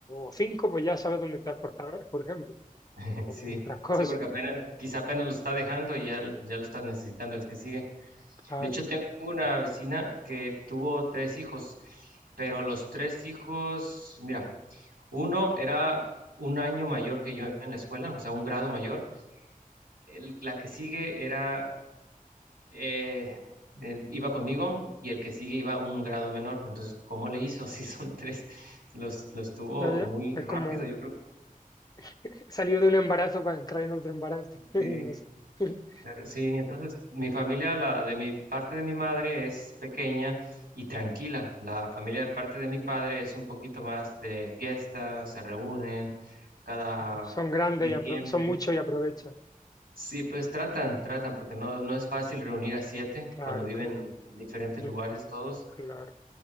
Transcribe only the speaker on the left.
o cinco, pues ya sabes dónde está el portador, por ejemplo,
o
otras cosas.
Claro,
ya, ya.
Es
como
<laughs> salir de un embarazo para entrar en otro embarazo. <laughs> Y
no sé. <laughs>
Son grandes
y apro- son muchos y aprovechan.
Claro,
claro,
cl-
claro,